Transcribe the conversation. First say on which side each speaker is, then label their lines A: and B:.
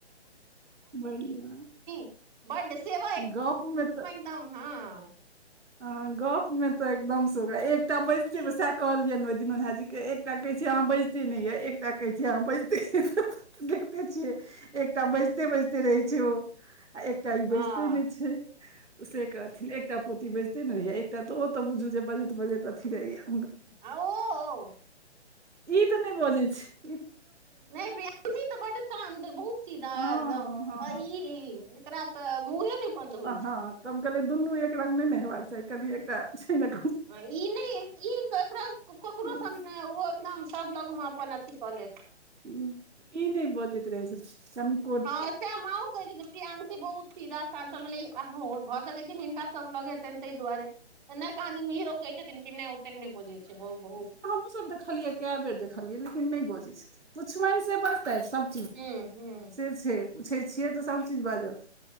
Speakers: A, on the right; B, on the right.
A: बढ़िया
B: <unintelligible> बड्ड सेवा
A: गप मे तऽ
B: एकदाम हँ
A: हँ गप मे तऽ एकदम सँ ओकरा एकटा बैसतै सैह कहलियनि ओ दिन झा जी केँ एक एकटा कहैत छियै अहाँ बजिते नय यऽ एकटा कहै छियै अहाँ बजिते यऽ <unintelligible> देखिते छियै एकटा बैजते बैसते रहै छै ओ आ एक टा ई
B: हँ
A: बैजते नय छै से कहथिन एकटा पोती बैज ते नय रहै यऽ एकटा तऽ ओ तऽ बुझू जे बाजैत बाजैत अथी रहै यऽ
B: आओ
A: ई तऽ नहि बजै छी
B: नय प्रयांसी तऽ बडु शान्त बहुत सीधा
A: हँ
B: एकदम
A: हँ
B: आ ई एकरा तऽ मुहे नय बन्द होइ छै
A: हँ तऽ हम कहलियै दुनू एक रंग नय नऽ हेबाक चाही कनि एकटा छै नऽ
B: हँ ई नय ई तऽ एकरा ककरो
A: हँ
B: सँ नय ओ एकदम सभ लग मऽ अपन अथी कऽ लेत
A: हुँ ई नय बजैत रहे छथिन कनि
B: हँ तैय माँ ओ कहै छथिन प्रियंशी बहुत सीधा शान्त छै हम कहलियै अ हो भऽ सकै छै हिनका सब लग हेतैन तै दुआरे तऽ नय हिरो कहै छथिन कि नय ओतेक नय बजै छै ब - बहुत
A: हमहुँ सब देखलियै केय बेर देखलियै लेकिन नय बजै छथिन पुछबै से बाजतैथ सब
B: हूँ हूँ
A: से छै पूछै छियै तऽ सभ चीज बाजत